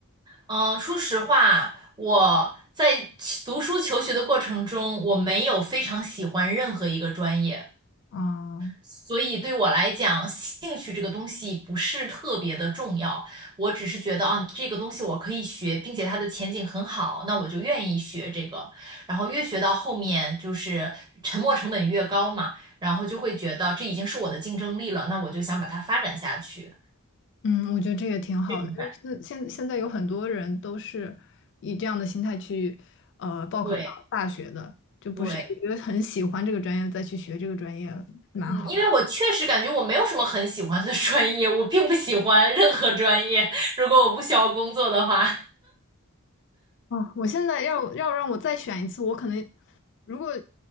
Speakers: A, on the right; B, on the left.
A: 嗯，说实话，我在其读书求学的过程中，我没有非常喜欢任何一个专业。
B: 啊，
A: 所以对我来讲，兴趣这个东西不是特别的重要，我只是觉得啊，这个东西我可以学，并且它的前景很好，那我就愿意学这个。然后越学到后面，就是沉没成本越高嘛，然后就会觉得这已经是我的竞争力了，那我就想把它发展下去，
B: 嗯，我觉得这也挺好的，
A: 这种感。
B: 就是现现现在有很多人都是以这样的心态去呃报考大大学的，
A: 对
B: 就不是因为很喜欢这个专业再去学这个专业了蛮好
A: 对，嗯，因为我确实感觉我没有什么很喜欢的专业，我并不喜欢任何专业，如果我不需要工作的话。
B: 啊，哦我现在要要让我再选一次，我可能如果